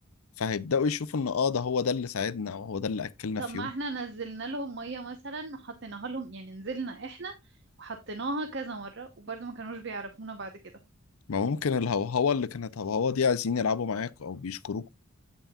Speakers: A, on the left (about 80°); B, on the right (about 55°).
A: فهيبدأوا يشوفوا إن آه ده هو ده اللي ساعدنا أو هو ده اللي أكلنا
B: طب
A: في
B: ما
A: يوم
B: احنا نزلنا لهم مية مثلا وحطيناها لهم يعني نزلنا احنا وحطيناها كذا مرة وبرضه ما كانوش بيعرفونا بعد كده
A: ما ممكن الهوهوة اللي كانت هوهوة دي عايزين يلعبوا معاكوا أو بيشكروكوا